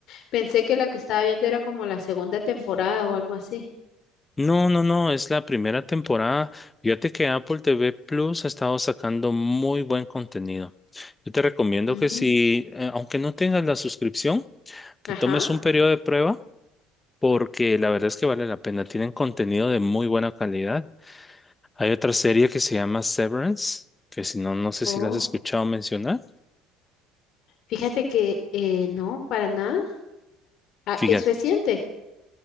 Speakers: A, on the left; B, on the left.
A: Pensé que la que estaba viendo era como la segunda temporada o algo así.
B: No, no, no, es la primera temporada. Fíjate que Apple TV Plus ha estado sacando muy buen contenido. Yo te recomiendo
A: Mm,
B: que si, eh, aunque no tengas la suscripción, que
A: ajá.
B: tomes un periodo de prueba, porque la verdad es que vale la pena. Tienen contenido de muy buena calidad. Hay otra serie que se llama Severance, que si no, no sé
A: Oh,
B: si la has escuchado mencionar.
A: fíjate que eh, no, para nada. Ah,
B: Fíjate,
A: es reciente.